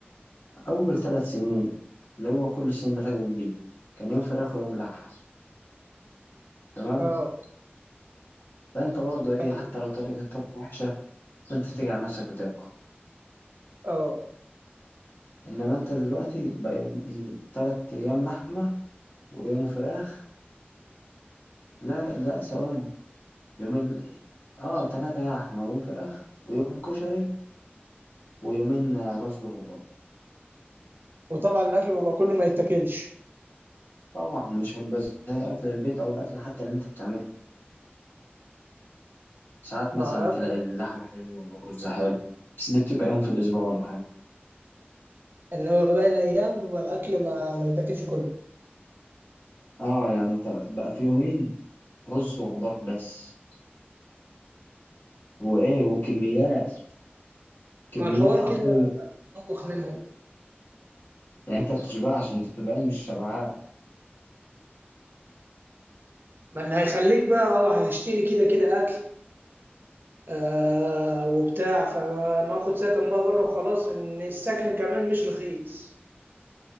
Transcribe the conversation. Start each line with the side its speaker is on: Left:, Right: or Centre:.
Left: أول ثلاث سنين اللي هو كل السنين اللي فاتت دي كان يوم فراخ ويوم لحم تمام
Right: اه
Left: فأنت برضه إيه
Right: أيوة.
Left: حتى لو طريقة الطبخ وحشة فأنت بتيجي على نفسك وتاكل
Right: اه
Left: إنما أنت دلوقتي بقى يوم إيه تلات أيام لحمة ويوم فراخ لا لا ثواني يوم ال... آه تلاتة لحمة ويوم فراخ ويوم كشري ويومين رز وخضار
Right: وطبعا الاكل بيبقى كله ما يتاكلش
Left: طبعا مش هيبقى زي أكل البيت أو الأكل حتى اللي أنت بتعمله ساعات
Right: مع
Left: مثلا تلاقي
Right: ربنا
Left: اللحمة حلوة والرز حلو بس دي بتبقى يوم في الأسبوع ولا حاجة
Right: ان هو باقي الايام بيبقى الاكل ما, ما يتاكلش كله
Left: اه يعني أنت بقى في يومين رز وخضار بس وإيه وكميات كميات
Right: مع الحوار
Left: حرفية
Right: كده طبخ منهم
Left: يعني أنت بتشبعش أنت بتبقى إيه، مش شبعان
Right: ما اللي هيخليك بقى هشتري كده كده اكل آه وبتاع فما ما اخد سكن بقى بره وخلاص ان السكن كمان مش رخيص